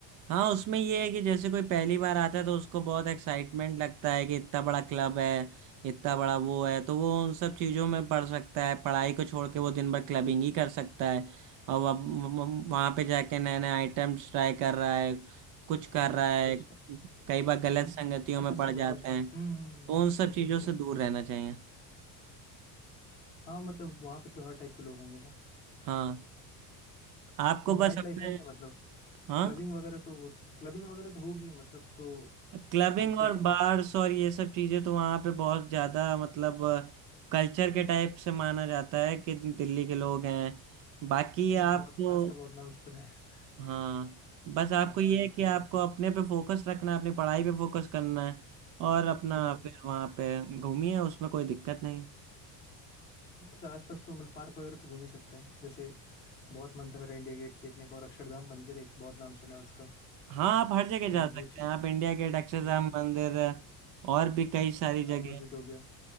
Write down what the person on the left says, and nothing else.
अच्छा
हम्म
हम्म, अच्छा
समझ
गए हम्म
हम्म, हम्म,
समझ
गए समझ
गए समझ
गए
हाँ मतलब वहाँ पे तो हर टाइप के लोग होंगे ना
नाइट
लाइफ है क्या मतलब
क्लबिंग वगैरह तो क्लबिंग वगैरह तो होगी मतलब तो
मतलब
कोचिंग
के आसपास
हम्म
हौस खास का बहुत नाम सुना है
हाँ हाँ,
उसका
उसका
उसका।
हम्म हम्म।
हम्म।
मतलब आसपास तो मतलब पार्क वगैरह तो घूम ही सकते हैं जैसे बहुत मन था मेरा इंडिया गेट देखने का और अक्षरधाम मंदिर एक बहुत नाम सुना है उसका
तो
वो चीज
हम्म हम्म,
हम्म।
जामा
मस्जिद हो गया